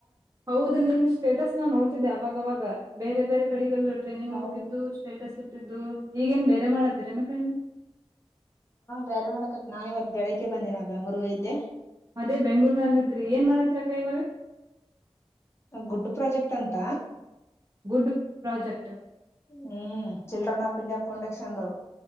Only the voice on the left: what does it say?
ಹೌದ್
ಬೇರೆ ಮಾಡಕತ್ ನಾ ಇವತ್ ಬೆಳಗ್ಗೆ ಬಂದಿನ ಬ್ಯಾಂಗಲೋರ್ ಇದ್ದೆ
ಗುಡ್ಡು ಪ್ರಾಜೆಕ್ಟ್ ಅಂತ
ಹ್ಮ್ ಚಿಡ್ರನ್ ಹಾಪಿ ಅ ಪೌಂಡೆಕ್ಷ ಎಂತಾವ